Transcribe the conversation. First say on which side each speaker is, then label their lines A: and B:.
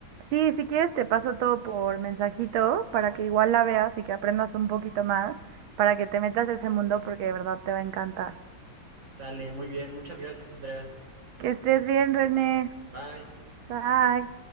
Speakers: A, on the right; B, on the right.
A: Sí, si quieres te paso todo por mensajito para que igual la veas y que aprendas un poquito más, para que te metas a ese mundo porque de verdad te va a encantar.
B: Sale, muy bien. Muchas gracias, Andrea.
A: Que estés bien, René.
B: Bye.
A: Bye.